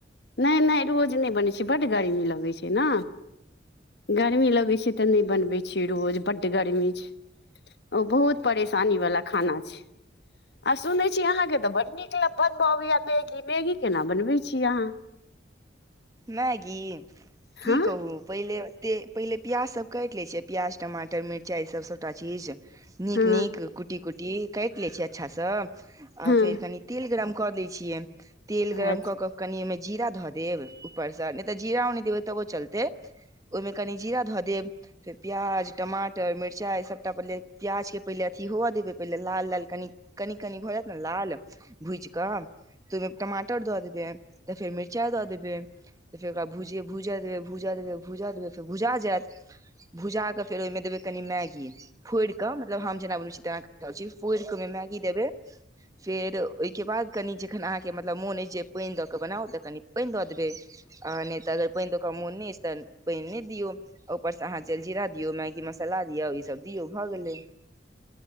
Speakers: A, on the left; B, on the right.
A: नहि नहि रोज नहि बनै छै बड गर्मी लगैत छै ने गर्मी लगै छै तऽ नहि बनबै छियै रोज बड्ड गर्मी छै ओ बहुत परेशानी वाला खाना छै आ सुनै छी अहाँके तऽ बड़ नीक मतल बनबऽ अबैया मैगी मैगी केना बनबै छीय अहाँ
B: मैगी की
A: हँ
B: कहू पहिले से पहिले प्याज सब काटि ले छिय प्याज टमाटर मिरचाई ई सब सबटा चीज नीक
A: हँ
B: नीक कुट्टी कुट्टी काटि लै छीय अच्छासँ
A: हँ
B: आ फेर कनि तेल गरम कऽ दै छियै तेल गरम
A: अच्छा
B: कऽ कऽ कनि ओहिमे जीरा धऽ देब ऊपरसँ नहि तऽ जीरा ओ नहि देबै तबो चलतै ओहिमे कनि जीरा धऽ देब प्याज टमाटर मिरचाई सबटा पहिले प्याज के पहिले अथी हो देबे पहिले लाल लाल कनि कनि कनि भऽ जायत ने लाल भुज कऽ त ओहिमे टमाटर दऽ देबे तऽ फेर मिरचाई दऽ देबै त फेर भुजय भुजा जेका भुजा गले त भुजा जैत भुजा क फेर ओहिमें देबे कनी मैगी फोड़ि के मतलब हम जेना बनल छी तेना छी फोड़ के मैगी देबे <inaudible> फेर ओहिके बाद कनि जखन अहाँके मतलब मोन अछि जे पाइन दऽ कऽ बनाउ तऽ कनि पाइन दऽ देबै आ नहि तऽ अगर दऽ पाइन ओकरा मोन नहि अछि तऽ पाइन नहि दियौ ऊपरसँ अहाँ जल जीरा दियौ मैगी मसाला इसब दियो भ गले